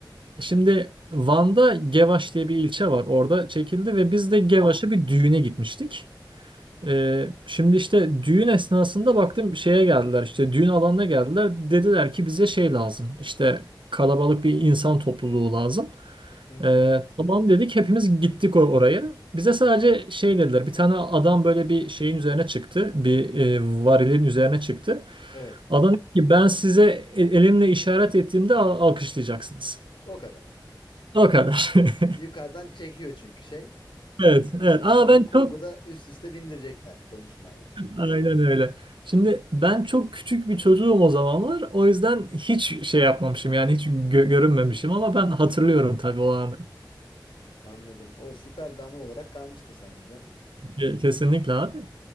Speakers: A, on the right; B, on the left.
A: şimdi Van'da Gevaş diye bir ilçe var. Orada çekildi ve
B: Hı hı.
A: biz de Gevaş'a bir düğüne gitmiştik. Ee, şimdi işte düğün esnasında baktım şeye geldiler işte düğün alanına geldiler dediler ki bize şey lazım işte kalabalık bir insan topluluğu lazım.
B: Hı hı.
A: Ee, tamam dedik hepimiz gittik or- oraya. Bize sadece şey dediler bir tane adam böyle bir şeyin üzerine çıktı bir e, varilin üzerine çıktı.
B: Evet.
A: Adam dedi ki ben size el- elimle işaret ettiğimde al- alkışlayacaksınız.
B: O kadar.
A: O kadar. <laughs>
B: Yukarıdan çekiyor çünkü şey.
A: Evet,
B: Üst,
A: evet. Aa
B: sonra
A: ben çok
B: kurguda üst üste bindirecekler konuşmayla.
A: Aynen öyle. Şimdi ben çok küçük bir çocuğum o zamanlar. O yüzden hiç şey yapmamışım yani hiç gö- görünmemişim ama ben hatırlıyorum tabii o anı.
B: Anladım. O süper bir anı olarak kalmıştır sende canım.
A: Ke- Kesinlikle abi.